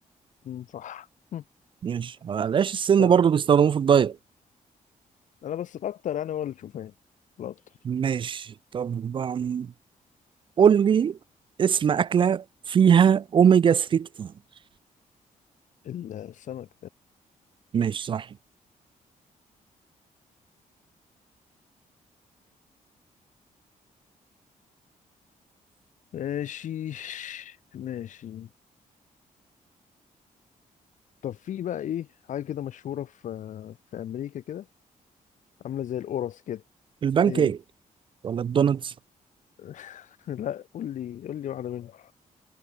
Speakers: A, on the left; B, on the right.
A: مم، صح مم،
B: ماشي آه، العيش السن
A: صح
B: برضو بيستخدموه في الدايت
A: انا بس الاكتر يعني هو الشوفان الاكتر
B: ماشي طبعا قول لي اسم اكله فيها اوميجا 3 كتير
A: السمك
B: ماشي صح
A: ماشي ماشي طب في بقى ايه حاجة كده مشهورة في في أمريكا كده عاملة زي القرص كده
B: البان
A: ايه
B: كيك ولا الدونتس
A: <laughs> لا قول لي قول لي واحدة منهم